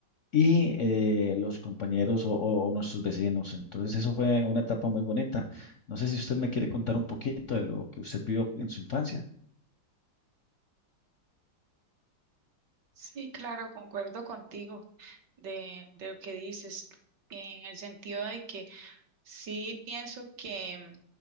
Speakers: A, on the left; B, on the right.
A: y eh, los compañeros o, o- o nuestros vecinos. Entonces, eso fue una etapa muy bonita. No sé si usted me quiere contar un poquito de lo que usted vivió en su infancia.
B: Sí, claro, concuerdo contigo de, de lo que dices, en el sentido de que Sí, pienso que,